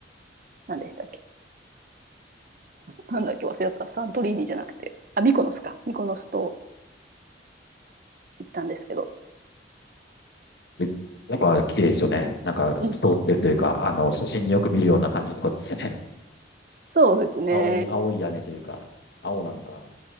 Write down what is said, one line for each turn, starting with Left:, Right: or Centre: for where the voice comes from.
Right: 何でしたっけなんだっけ忘れた。サントリーニじゃなくて。あ、ミコノスか。ミコノスと行ったんですけど。
Left: めやっぱ綺麗ですよね。なんか透き通ってるというか、
Right: うん。
Left: あの、写真によく見るような感じってことですよね。
Right: そうですね。
Left: 青い、青い屋根というか、青なんか